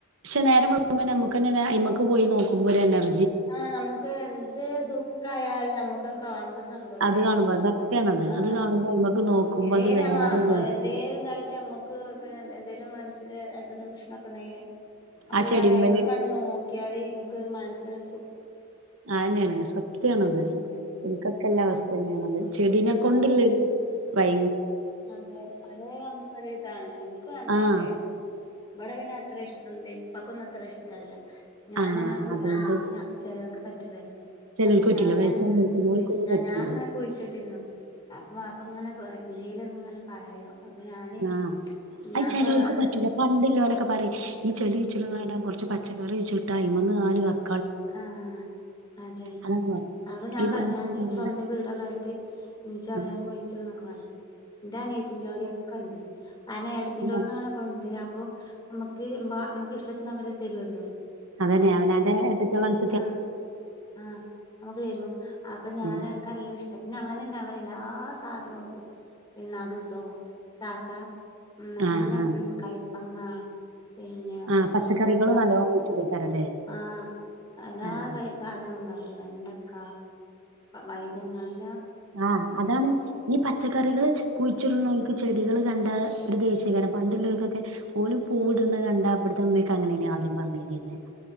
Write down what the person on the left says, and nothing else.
ആ നമുക്ക് എന്ത് ദുഖായാലും നമ്മുക്ക് അഹ് കാണുമ്പോ സന്തോഷമായിരിക്കും.
ആഏതേലുംമ്മ
എന്തേലുംതായിട്ട് നമ്മക്ക് പിന്നെ എന്തേലും മൻ സ് ല് <unintelligible> പ്രശ്നൊക്കെ ഉണ്ടെങ്കില് അപ്പൊ
ഓളറിയ
അയ്മക്കണ് നോക്കിയല് ഇൻക് മനസിന്
ഉം
ആഹ്
ആഹ്
അതെ അത് നമുക്കൊരു ഇതാണ് ഇൻക് നല്ല
ഇഷ്ടായി ഇബടെ പിന്നെ അത്ര ഇഷ്ട്ടം ന്നുല്ല പ്പക്കൊന്നും അത്ര ഇഷ്ടല്ല ഞാനങ്ങെ
ആ അപ്പൊ ഞാ ചിലവർക്ക് പറ്റൂലല്ലോ?
അപ്പൊ
ഞാൻങ്ങനെ
കുയ്ച്ച്
ഞാൻങ്ങനക്കെ കുഴിച്ചിട്ടിരുന്നു. അപ്പൊ വാപ്പ ഇങ്ങനെ എന്തേലും ഇങ്ങനെ പറയും അപ്പൊ ഞാന്
ഞാൻപ്പ
അത്
ആ അതെ
അപൊ ഞാൻ
പറുഞ്ഞ്
ഞാൻ സ്വന്തം വീടൊക്കെ ആയിട്ട് ഇൻശാ അല്ല
ഞാൻ കുഴിച്ചിടുംന്നൊക്കെ പറഞ്ഞു. ന്റെ നിയത്തിന്റെ ഓടൊക്കെ ഇണ്ട്. ആയെന്നെ ഏട്ടത്തിന്റോട്ന്ന്
അങ്ങനെ കൊണ്ടുരാ അപ്പൊ ഞമ്മക്ക് എമ്പാ നമ്മുക്ക് ഇഷ്ടത്തിന് അവര് തേരോലോ.
ആ ആഹ് ഞമ്മക്ക് തരു അപ്പൊ ഞാൻ
ഇൻക്ക് നല്ല ഷ് ഷ്ട പിന്നെ അങ്ങനെന്നെ അവരെ എല്ലാ സാധനങ്ങൾക്കും നടും ട്ടോ താത്ത മം നല്ല
മം കയ്പങ്ങ. പിന്നെ അതെ
പോലെ
റം
ആ എല്ലാ
കൈ സാധനനോം ഇണ്ടവിടെ വെണ്ടക്ക വൈതനങ്ങായി